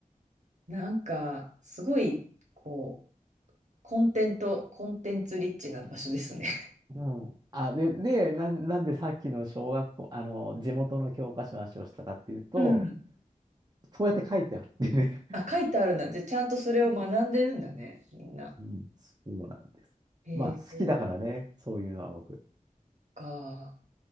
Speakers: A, on the right; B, on the right.
A: なんか、すごい、こう、コンテント、コンテンツリッチな場所ですね。
B: うん。あ、で、で、なん、なんでさっきの小学校、あの、地元の教科書の話をしたかっていうと、
A: <laughs> うん。
B: そうやって書いてあるっていうね。
A: あ、書いてあるんだ。じゃあ、ちゃんとそれを学んでるんだね、
B: <laughs> うん、
A: みんな。
B: うんそうなんです。
A: へえ、
B: まあ、好きだからね、そういうのは僕。
A: か。